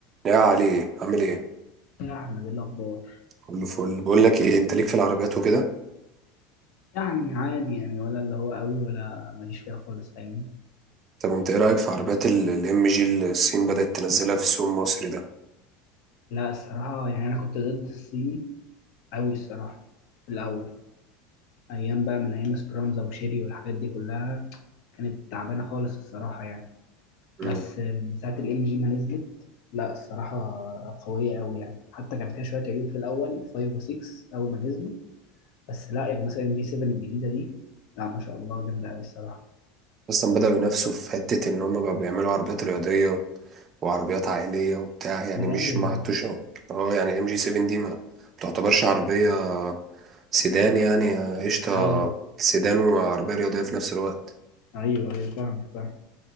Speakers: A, on the right; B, on the left.
A: يا علي عامل ايه
B: يا أحمد إيه الأخبار
A: كله فل بقول لك ايه انت ليك في العربيات وكده
B: يعني عادي يعني ولا اللي هو قوي ولا ماليش فيها خالص فاهمني
A: طب انت ايه رايك في عربيات الام جي اللي الصين بدات تنزلها في السوق المصري ده
B: لا الصراحة يعني أنا كنت ضد الصيني قوي الصراحة في الأول أيام بقى من أيام سبرانزا وشيري والحاجات دي كلها كانت تعبانة خالص الصراحة يعني
A: مم.
B: بس من ساعة الإم جي ما نزلت لا الصراحة قوية قوي يعني حتى كان فيها شوية عيوب في الأول 5 و6 أول ما نزلوا بس لا يعني مثلا دي 7 الجديدة دي لا ما شاء الله جامدة قوي الصراحة
A: اصلا بداوا ينافسوا في حته ان هم بقى بيعملوا عربيات رياضيه وعربيات عائليه وبتاع يعني
B: بجد
A: مش
B: والله
A: ما عدتوش اه يعني الام جي 7 دي ما تعتبرش عربيه سيدان يعني قشطه
B: أيوه
A: سيدان وعربيه رياضيه في نفس الوقت
B: أيوه أيوه فاهمك فاهمك